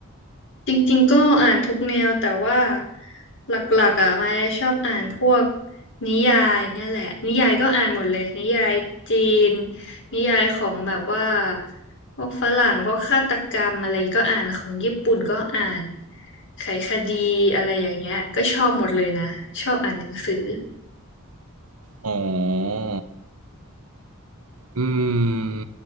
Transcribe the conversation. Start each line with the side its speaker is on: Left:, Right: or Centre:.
Left: จริงๆก็อ่านทุกแนวแต่ว่าหลักๆอ่ะมายชอบอ่านพวกนิยายเนี่ยแหละนิยายก็อ่านหมดเลยนิยายจีนนิยายของแบบว่าพวกฝรั่งพวกฆาตกรรมอะไรก็อ่านของญี่ปุ่นก็อ่านไขคดีอะไรอย่างเงี้ยก็ชอบหมดเลยนะชอบอ่านหนังสือ
Right: อ๋ออืม